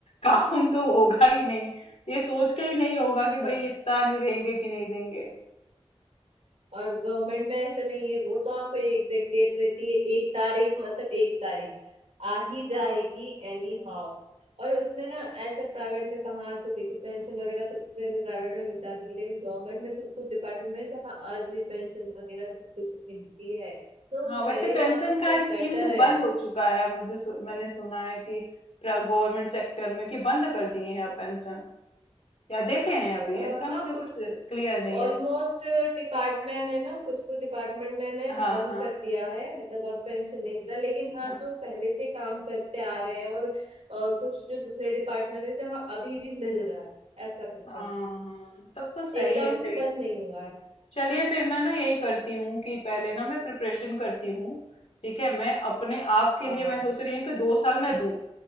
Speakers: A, on the left; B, on the right.
A: काम तो होगा ही नहीं ये सोच के ही नहीं होगा कि
B: हाँ
A: भाई पता नहीं देंगे कि नहीं देंगे
B: और गवर्नमेंट में ऐसा नहीं है वो तो आपको एक डेट रहती है एक तारीख मतलब एक तारीख आ ही
A: हाँ
B: जाएगी एनी हाउ और उसमें ना ऐसे प्राइवेट में कहाँ आजकल देखो पेंशन वगैरह तो प्राइवेट में मिलता भी नहीं लेकिन गवर्नमेंट में कुछ कुछ डिपार्टमेंट में जहाँ आज भी पेंशन वगैरह सब कुछ मिलती है तो
A: हाँ, वैसे
B: मेरे
A: पेंशन
B: हिसाब से
A: का
B: तो
A: स्कीम
B: बेटर
A: तो
B: है
A: बंद हो चुका है मुझे सु, मैंने सुना है कि गवर्नमेंट सेक्टर में कि बंद कर दिए हैं अब पेंशन या देते हैं अभी
B: अ,
A: ऐसा
B: हाँ
A: मुझे कुछ
B: कुछ
A: क्लियर नहीं
B: ऑलमोस्ट
A: है
B: डिपार्टमेंट है ना कुछ कुछ डिपार्टमेंट मैंने
A: हाँ
B: बंद
A: हाँ
B: कर दिया है मतलब अब पेंशन नहीं देता लेकिन हाँ
A: हाँ
B: जो पहले से काम करते आ रहे हैं और अ, कुछ जो दूसरे डिपार्टमेंट है जहाँ अभी भी मिल रहा है ऐसा कुछ
A: हाँ
B: है
A: हाँ तब तो सही
B: एकदम
A: है
B: से
A: फिर
B: बंद नहीं हुआ है
A: चलिए फिर मैं ना यही करती हूँ कि पहले ना मैं प्रिपरेशन करती हूँ ठीक है मैं अपने आप
B: हाँ
A: के लिए मैं सोच रही हूँ कि दो साल मैं दूं